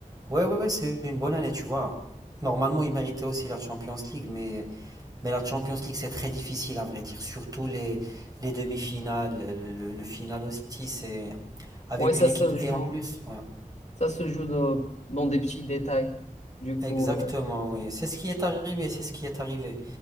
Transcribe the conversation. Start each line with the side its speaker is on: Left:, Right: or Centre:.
Right: ouais, ouais, ouais, c'est une bonne année, tu vois. Normalement, ils méritaient aussi la Champions League, mais, mais la Champions League, c'est très difficile à vrai dire. Surtout les, les demi-finales, le, le- le final aussi, c'est avec
Left: Oui, ça
Right: une équipe
Left: se joue.
Right: et en plus. Ouais,
Left: Ça se joue dans, dans des petits détails. Du
Right: exactement,
Left: coup, euh,
Right: oui. C'est ce qui est arrivé, c'est ce qui est arrivé.